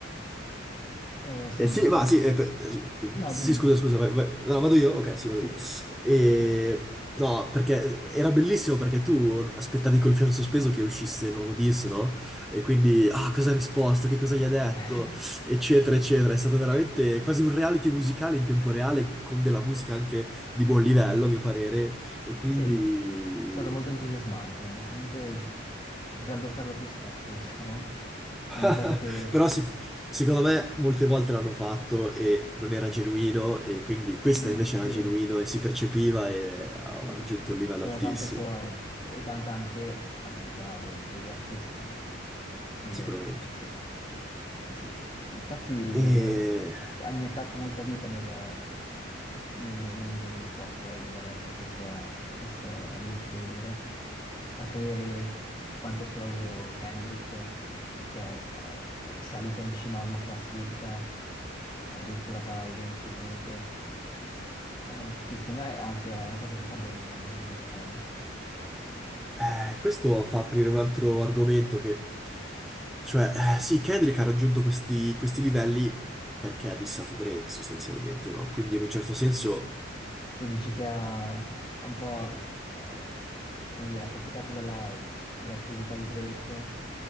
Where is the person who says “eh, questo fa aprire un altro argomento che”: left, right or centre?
Centre